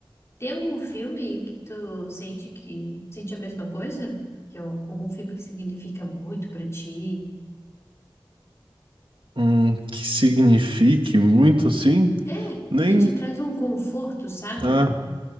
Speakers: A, on the left; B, on the right.
A: Tem algum filme que tu sente que sente a mesma coisa? Que é algum filme que significa muito pra ti?
B: Hum, que signifique muito assim?
A: É,
B: Nem.
A: que te traz um conforto, sabe?
B: Ah,